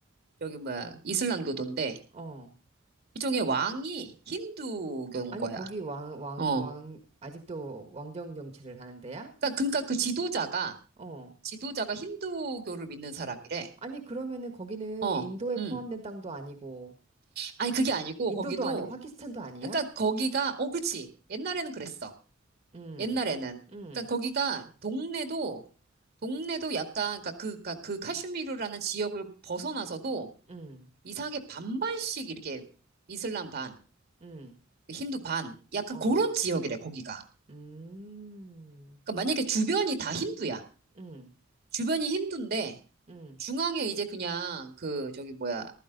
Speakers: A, on the right; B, on the right.
A: 여기 뭐야 이슬람교도인데
B: 어.
A: 일종의 왕이 힌두교인
B: 아니,
A: 거야.
B: 거기 왕, 왕,
A: 어,
B: 왕, 아직도 왕정 정치를 하는 데야?
A: 그니까 그니까 그 지도자가
B: 어.
A: 지도자가 힌두교를 믿는 사람이래.
B: 아니, 그러면은 거기는
A: 어,
B: 인도에
A: 음,
B: 포함된 땅도 아니고,
A: 아니 그게 아니고
B: 인도도
A: 거기도
B: 아니고 파키스탄도 아니야?
A: 그니까 거기가 어, 그렇지. 옛날에는 그랬어.
B: 음,
A: 옛날에는.
B: 음,
A: 그러니까 거기가 동네도 동네도 약간 그러니까 그, 그러니까 그 카슈미르라는 지역을 벗어나서도
B: 음,
A: 이상하게 반반씩 이렇게 이슬람 반,
B: 음,
A: 그 힌두 반, 약간
B: 어.
A: 그런 지역이래 거기가.
B: 음,
A: 그러니까 만약에 주변이 다 힌두야.
B: 음,
A: 주변이 힌두인데
B: 음,
A: 중앙에 이제 그냥 그 저기 뭐야